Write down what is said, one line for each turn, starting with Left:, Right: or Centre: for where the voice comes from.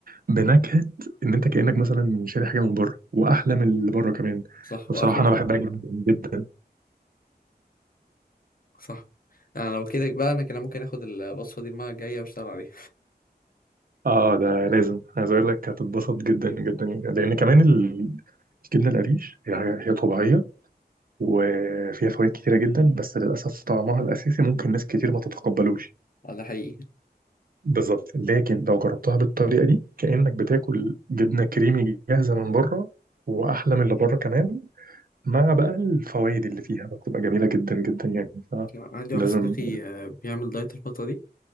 Right: بنكهة إن أنت كأنك مثلا شاري حاجة من بره وأحلى من اللي بره كمان
Left: صح
Right: فبصراحة
Left: وافيد
Right: أنا بحبها
Left: كتير
Right: جدا جدا
Left: صح انا لو كده بقى انا كده ممكن اخد الوصفه دي المره الجايه واشتغل عليها
Right: آه ده لازم عايز أقول لك هتتبسط جدا جدا لأن كمان ال- الجبنة القريش هي حاجة- هي طبيعية وفيها فوائد كتيرة جدا بس للأسف طعمها الأساسي ممكن ناس كتير ما تتقبلوش
Left: آه، ده حقيقي
Right: بالظبط لكن لو جربتها بالطريقه دي كانك بتاكل جبنه كريمي جاهزه من بره واحلى من اللي بره كمان مع بقى الفوائد اللي فيها بقى بتبقى جميله جدا جدا يعني
Left: عندي
Right: فلازم
Left: واحد صديقي آه، بيعمل دايت الفتره دي